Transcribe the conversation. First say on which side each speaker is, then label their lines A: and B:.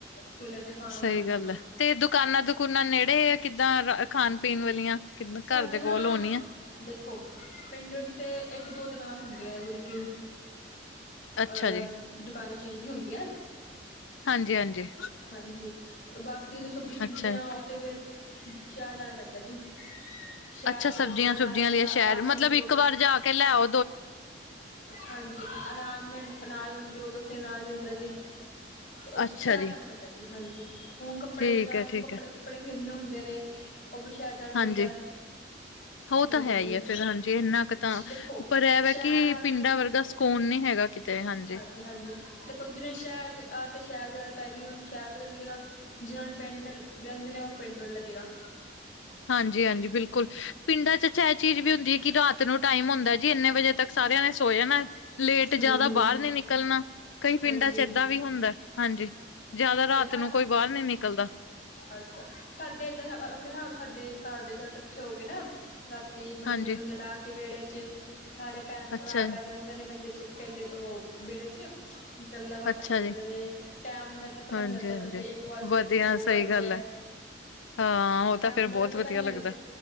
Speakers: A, on the left (about 40°); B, on the left (about 85°).
A: ਚੁੱਲੇ ਤੇ ਖਾਣਾ।
B: ਸਹੀ
A: ਬਣਾਣਾ ਆਪਣਾ
B: ਗੱਲ। ਤੇ ਦੁਕਾਨਾਂ, ਦੁਕਾਨਾਂ ਨੇੜੇ ਆ। ਕਿੱਦਾਂ, ਖਾਣ-ਪੀਣ ਵਾਲੀਆਂ? ਕਿ ਘਰ
A: ਸਾਡੀ
B: ਦੇ
A: ਨਾ
B: ਕੋਲ ਆਉਣੀ ਆ।
A: ਦੇਖੋ, ਪਿੰਡ ਵਿੱਚ ਤੇ ਇੱਕ-ਦੋ ਦੁਕਾਨਾਂ ਹੁੰਦੀਆਂ ਆ, ਜਿਵੇਂ ਕਿ।
B: ਅੱਛਾ
A: ਅਲੱਗ
B: ਜੀ
A: ਦੁਕਾਨਾਂ, ਚੀਜ਼ਾਂ ਦੀਆਂ ਹੁੰਦੀਆਂ।
B: ਹਾਂਜੀ ਹਾਂਜੀ
A: ਹਾਂਜੀ ਬਾਕੀ ਜੋ ਸਬਜ਼ੀ ਸਬਜ਼ੀਆਂ
B: ਅੱਛਾ
A: ਉਹ ਤੇ ਫਿਰ ਸ਼ਹਿਰ ਜਾਣਾ ਪੈਂਦਾ ਜੀ। ਸ਼ਹਿਰ
B: ਅੱਛਾ
A: 'ਚ ਲੱਗਦੀ
B: ਸਬਜ਼ੀਆਂ-ਸੁਬਜ਼ੀਆਂ
A: ਨਾ ਅਨਾਜ
B: ਲਈ ਸ਼ਹਿਰ
A: ਅਨਾਜ
B: ਮਤਲਬ
A: ਮੰਡੀ
B: ਇੱਕ
A: ਹੋ।
B: ਵਾਰ ਜਾ ਕੇ ਲੈਆਓ।
A: ਹਾਂਜੀ ਅਨਾਜ ਮੈਨ। ਅਨਾਜ ਮੰਡੀ ਹੋਗੀ, ਉੱਥੇ ਅਨਾਜ ਮਿਲਦਾ ਜੀ, ਤੇ ਉੱਥੇ
B: ਅੱਛਾ
A: ਸ਼ਹਿਰ
B: ਜੀ,
A: ਜਾਣਾ ਪੈਂਦਾ ਜੀ। ਹਾਂਜੀ। ਹੂਣ ਕੱਪੜੇ,
B: ਠੀਕ
A: ਕੱਪੜੇ,
B: ਐ, ਠੀਕ ਐ।
A: ਕੱਪੜੇ ਖਰੀਦਣੇ ਹੁੰਦੇ ਨੇ। ਉਹ ਵੀ ਸ਼ਹਿਦਾ
B: ਹਾਂਜੀ,
A: ਬੰਦਾ,
B: ਉਹ
A: ਹਾਂਜੀ।
B: ਤਾਂ ਹੈ ਹੀ ਐ ਫੇਰ ਹਾਂਜੀ ਇੰਨਾ ਕੁ ਤਾਂ,
A: ਦੇਖੋ
B: ਪਰ ਇਹ ਵੀ
A: ਸ਼ਹਿਰ
B: ਹੈ ਕਿ
A: ਵਾਲੇ
B: ਪਿੰਡਾਂ
A: ਨੂੰ
B: ਵਰਗਾ ਸਕੂਨ ਨਹੀਂ ਹੈਗਾ ਕਿਤੇ। ਹਾਂਜੀ।
A: ਹਾਂਜੀ। ਕੁੱਝ ਨਹੀ ਸ਼ਹਿਰ ਆਦ ਸ਼ਹਿਰ ਆਦਤ ਪੈ ਗਈ ਉਹਨੂੰ ਸ਼ਹਿਰ ਪਤਾ ਲੱਗੇਗਾ। ਜਿਨ੍ਹਾਂ ਨੂੰ ਪਿੰਡ ਰਹਿੰਦੇ ਨੇ, ਉਹ ਪਿੰਡ ਵਧੀਆ ਲੱਗੇਗਾ।
B: ਹਾਂਜੀ, ਹਾਂਜੀ, ਬਿਲਕੁਲ। ਪਿੰਡਾਂ 'ਚ ਚ ਇਹ ਚੀਜ਼ ਵੀ ਹੁੰਦੀ ਹੈ। ਕਿ ਰਾਤ ਨੂੰ ਟਾਈਮ ਹੁੰਦਾ ਜੀ, ਇੰਨੇ ਵਜੇ ਤੱਕ ਸਾਰਿਆਂ ਨੇ ਸੌਂ ਜਾਣਾ। ਲੇਟ, ਜ਼ਿਆਦਾ
A: ਹਾਂਜੀ ਹਾਂਜੀ
B: ਬਾਹਰ ਨੀ ਨਿਕਲਣਾ। ਕਈ ਪਿੰਡਾਂ
A: ਹਾਂਜੀ
B: 'ਚ ਏਦਾਂ ਵੀ ਹੁੰਦਾ, ਹਾਂਜੀ। ਜਿਆਦਾ ਰਾਤ
A: ਤੇ ਸਾਡੇ
B: ਨੂੰ, ਕੋਈ ਬਾਹਰ ਨੀ ਨਿਕਲਦਾ।
A: ਅੱਛਾ, ਸਾਡੇ ਏਦਾਂ ਸਾਡੇ ਘਰ ਦੇ, ਜਦ ਇਕੱਠੇ ਹੋ ਗਏ ਨਾ। ਮੰਜੇ-ਮੰਜੇ
B: ਹਾਂਜੀ,
A: ਡਾਹ ਕੇ ਵਿਹੜੇ 'ਚ, ਸਾਰੇ ਭੈਣ-ਭਰਾ
B: ਅੱਛਾ ਜੀ,
A: ਬਹਿ ਜਾਂਦੇ। ਨਾ, ਪਿੰਡ ਪਿੰਡ ਉਹ ਵਿਹੜੇ 'ਚ। ਗੱਲਾਂ-ਬਾਤਾਂ
B: ਅੱਛਾ
A: ਕਰਦੇ
B: ਜੀ।
A: ਨੇ, ਟਾਈਮ ਦਾ ਤਾਂ ਪਤਾ
B: ਹਾਂਜੀ-ਹਾਂਜੀ,
A: ਹੀ ਨਹੀਂ ਲੱਗਦਾ। ਕਦੇ ਇੱਕ ਵੱਜ
B: ਵਧੀਆ
A: ਗਿਆ, ਕਦੇ ਦੋ
B: ਸਹੀ
A: ਵੱਜ
B: ਗੱਲ
A: ਗਿਆ।
B: ਐ। ਹਾਂ, ਉਹ
A: ਟੈਮ
B: ਤਾਂ ਫਿਰ ਬਹੁਤ
A: ਦਾ
B: ਵਧੀਆ
A: ਪਤਾ ਨੀ
B: ਲੱਗਦਾ।